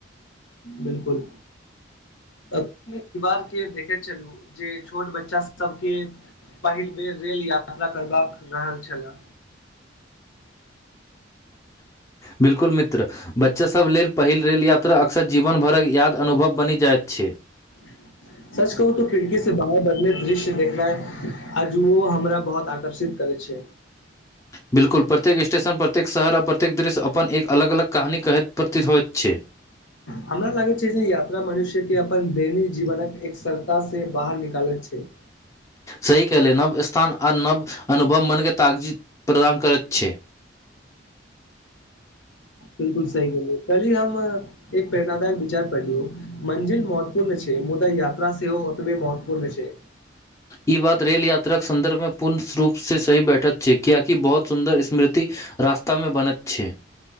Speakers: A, on the left; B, on the left.
A: बिलकुल। परिवार केँ देखैत छलू जे छोट बच्चा सब केँ पहिल बेर रेल यात्रा करबाक रहल छला
B: बिल्कुल मित्र बच्चा सभ लेल पहिल रेल या त्रा अक्सर जीवन भरक याद अनुभव बनि जाइत छै।
A: <inaudible> सच कहू तो खिड़की से बाहर बदल दृश्य देखनाई आजूओ हमरा बहुत आकर्षित करै छै
B: बिल्कुल प्रत्येक स्टेशन प्रत्येक शहर आ प्रत्येक दृश्य अपन एक अलग अलग कहानी कहैत प्रती होइत छै
A: हमरा लागैत छै जे यात्रा मनुष्य केँ अपन दैनिक जीवन क एकसरता से बाहर निकालैत छै।
B: सही कहलिऐ नव स्थान आ नव अनुभव मन तागजी प्रदान करैत छै।
A: बिल्कुल सही कहलिऐ कल्हि हम एक प्रेरणादायक विचार पढयौ मंजिल महत्वपूर्ण छै मुदा यात्रा सेहो ओतबे महत्वपूर्ण छै।
B: ई बात रेल यात्राक सन्दर्भ मे पूर्ण रूप से सही बैठत छै क्याकि बहुत सुन्दर स्मृति रास्ता मे बनैत छै।